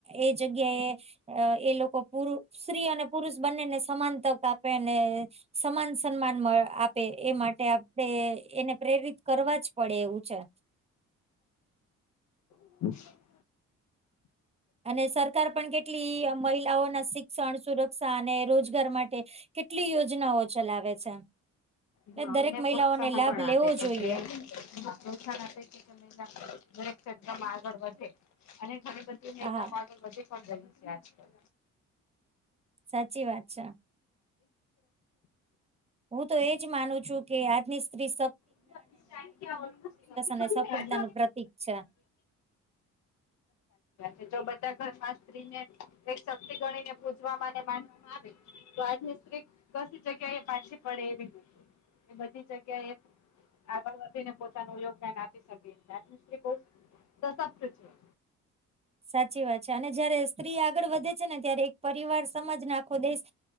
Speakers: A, on the right; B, on the left.
A: એ જગ્યાએ અહ, એ લોકો પુરુ સ્ત્રી અને પુરુષ બંનેને સમાન તક આપે અને સમાન સન્માન મળ, આપે એ માટે આપણે એને પ્રેરિત કરવા જ પડે એવું છે.
B: <inaudible>
A: અને સરકાર પણ કેટલી મહિલાઓના શિક્ષણ સુરક્ષા અને રોજગાર માટે કેટ ટલી યોજનાઓ ચલાવે છે.
B: હા
A: એટલે દરેક
B: અને
A: મહિલાઓને
B: પ્રોત્સાહન
A: લાભ
B: પણ આપે
A: લેવો
B: છે
A: જોઈએ
B: જે હા, પ્રોત્સાહન આપે છે તમે જાણો <inaudible> દરેક ક્ષેત્રમાં આગળ વધે અને ખરેખર <inaudible> નજીકમાં
A: હા
B: <unintelligible> છે આજકલ
A: સાચી વાત છે. હું તો એ જ માનું છું કે આજની સ્ત્રી સક્
B: <inaudible> એકદમ સાચી
A: અને
B: વાત
A: સફળતાનું પ્રતીક છે
B: છે જો બધા ઘરમાં સ્ત્રીને એક શક્તિ ગણીને પૂજવા માને માન માને તો આજની સ્ત્રી કસી જગ્યા એ પાછી પડે નહિ. એ બધી જગ્યાએ આગળ વધીને પોતાનું યોગદાન આપી શકે કારણ કે સ્ત્રી બહુ સશક્ત છે.
A: સાચી વાત છે અને જયારે સ્ત્રી આગળ વધે છે ને ત્યારે એક પરિવાર, સમાજ અને આખો દેશ